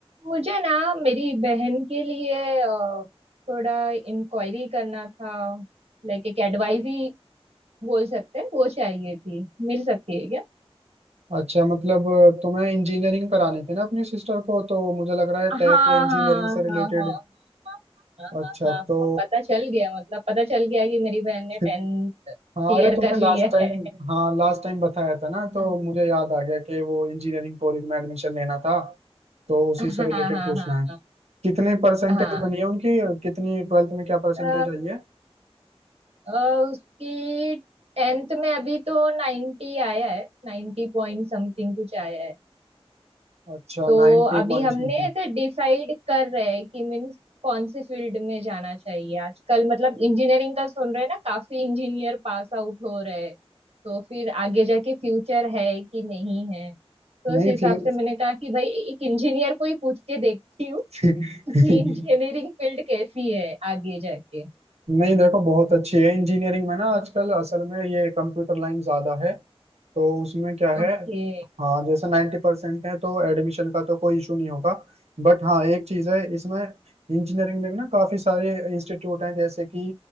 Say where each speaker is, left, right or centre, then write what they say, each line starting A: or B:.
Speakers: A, on the right; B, on the right.
A: मुझे ना मेरी बहन के लिए अ, थोड़ा इंक्वायरी करना था लाइक एक एडवाइस ही बोल सकते हैं वो चाहिए थी मिल सकती है क्या
B: अच्छा मतलब तुम्हें इंजीनियरिंग करानी थी ना अपनी सिस्टर को तो मुझे लग रहा है
A: हाँ
B: टेक या इंजीनियरिंग
A: हाँ
B: से रिलेटेड
A: हाँ हाँ हाँ
B: अच्छा
A: हाँ हाँ
B: तो
A: हाँ, पता चल गया मतलब पता चल गया कि मेरी बहन ने टेंथ
B: <laughs>
A: क्लियर
B: हाँ अरे तुमने
A: कर लिया
B: लास्ट टाइम
A: है
B: हाँ लास्ट टाइम बताया था ना तो
A: हाँ
B: मुझे याद आ गया कि वो इंजीनियरिंग कॉलेज में एडमिशन लेना था तो उसी
A: हाँ
B: से रिलेटेड
A: हाँ
B: पूछना
A: हाँ
B: है कितने परसेंटेज
A: हाँ
B: बनी है उनकी कितनी ट्वेल्थ में क्या परसेंटेज
A: अ,
B: आई है
A: अ, उसकी टेंथ में अभी तो 90 आया है 90 पॉइंट समथिंग कुछ आया है
B: अच्छा
A: तो
B: 90
A: अभी
B: पॉइंट्स
A: हमने
B: में थी
A: ऐसे डिसाइड कर रहे हैं कि मीन्स कौन से फील्ड में जाना चाहिए आजकल मतलब इंजीनियरिंग का सुन रहे हैं ना काफी इंजीनियर पास आउट हो रहे हैं तो फिर आगे जाके फ्यूचर है कि नहीं है तो
B: नहीं
A: उस हिसाब
B: फ्यू
A: से मैंने कहा कि भाई एक इंजीनियर को ही पूछ के देखती हूँ
B: <laughs>
A: कि इंजीनियरिंग फील्ड कैसी है आगे जाके
B: नहीं देखो बहुत अच्छी है इंजीनियरिंग में ना आजकल असल में ये कंप्यूटर लाइन ज्यादा है तो उसमें क्या है
A: ओके
B: हाँ जैसे नाइन्टी परसेंट है तो एडमिशन का तो कोई इशू नहीं होगा बट हाँ एक चीज़ है इसमें इंजीनियरिंग में भी ना काफ़ी सारे इंस्टीट्यूट हैं जैसे कि